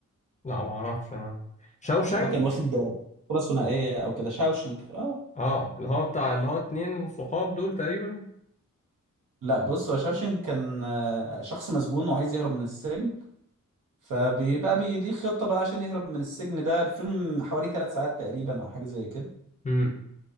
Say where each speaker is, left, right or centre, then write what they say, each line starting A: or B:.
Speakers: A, on the left; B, on the right.
A: لا ما أعرفش أنا شاوشانك
B: يعني هو كان واخد بطولة ثنائية او كده شاوشنك اه
A: اه اللي هو بتاع اللي هو اتنين صحاب دول تقريبا
B: لا بص هو شاوشنك كان آه، شخص مسجون وعايز يهرب من السجن فبيبقى بي- ليه خطة بقى عشان يهرب من السجن ده الفيلم حوالي ثلاث ساعات تقريبا أو حاجة زي كده
A: امم